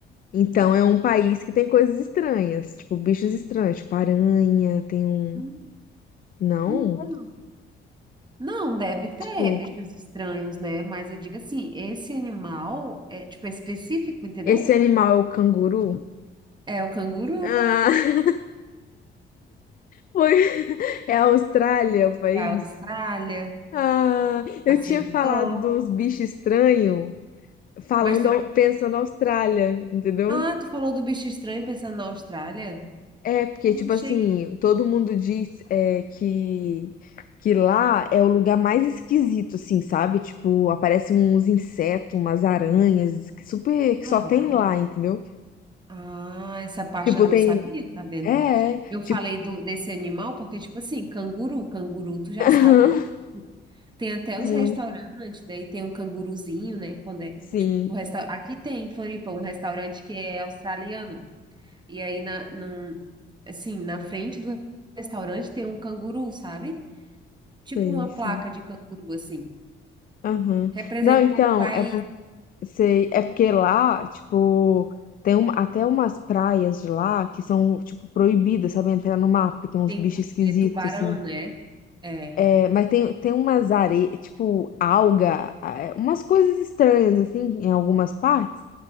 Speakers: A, on the left; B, on the right.
A: Então é um país que tem coisas estranhas, tipo bichos estranhos, tipo aranha, tem um.
B: Hum,
A: Não,
B: então. Não, deve ter
A: tipo,
B: bichos estranhos, né? Mas eu digo assim, esse animal é tipo é específico, entendeu?
A: esse animal é o canguru?
B: É o canguru,
A: Ah, <laughs> foi. É a Austrália o país?
B: é a Austrália,
A: Ah, eu
B: acertou.
A: tinha falado dos bichos estranhos, falando,
B: Mas tu,
A: pensando Austrália, entendeu?
B: ah, tu falou do bicho estranho pensando na Austrália?
A: É, porque,
B: Eu
A: tipo
B: achei
A: assim,
B: que,
A: todo mundo diz é, que, que lá é o lugar mais esquisito, assim, sabe? Tipo, aparecem uns insetos, umas aranhas, que super, que
B: ah,
A: só tem
B: é.
A: lá, entendeu?
B: Ah, essa parte
A: Tipo,
B: eu não
A: tem.
B: sabia, tá vendo?
A: É, é,
B: Eu
A: tipo.
B: falei do desse animal porque tipo assim, canguru, canguru, tu já
A: <laughs>
B: sabe. Tem até
A: Sim,
B: os restaurantes, daí tem o canguruzinho, né? Quando é, tipo,
A: sim,
B: o resta... Aqui tem em Floripa um restaurante que é australiano. E aí, na, num- assim, na frente do restaurante tem um canguru, sabe? Tipo
A: sei,
B: uma
A: sim.
B: placa de canguru, assim.
A: Aham.
B: Representando
A: Não, então,
B: o país.
A: é, por- sei, é porque lá, tipo, tem um, até umas praias de lá que são, tipo, proibidas, sabe? Entrar no mar, porque tem uns
B: Tem
A: bichos esquisitos,
B: é, tubarão,
A: assim.
B: né? É.
A: É, Mas tem, tem umas areias, tipo alga, é, umas coisas estranhas, assim, em algumas partes.